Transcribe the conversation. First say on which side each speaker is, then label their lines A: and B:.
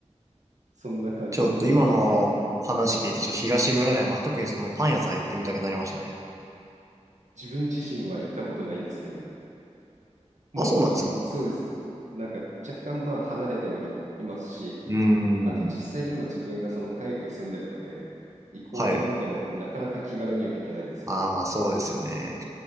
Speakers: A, on the right; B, on the right.
A: そんな感じのところですね。
B: ちょっと今の話聞いて、
A: はい。
B: ちょっと東村山、特にそのパン屋さん行ってみたくなりましたね。
A: 自分自身は行ったことないんですけどね。もうに、
B: あ、そうなんですか
A: そうです。なんか若干まあ離れてはい、いますし、
B: うー
A: あと実際今自分がその海外住んでるので、
B: ん。
A: 行こうと思ってもなかなか気軽には行けないんですよね。
B: はい。ああ、まあそうですよね。